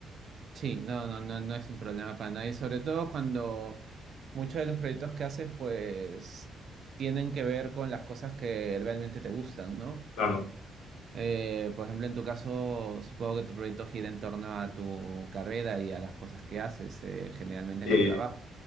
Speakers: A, on the right (about 55°); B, on the left (about 85°).
A: Sí, no, no, no, no es un problema para nadie, sobre todo cuando muchos de los proyectos que haces, pues tienen que ver con las cosas que realmente te gustan, ¿no?
B: Claro.
A: Eh, por ejemplo, en tu caso, supongo que tu proyecto gira en torno a tu carrera y a las cosas que haces, eh, generalmente
B: Mm.
A: en
B: Eh,
A: el trabajo.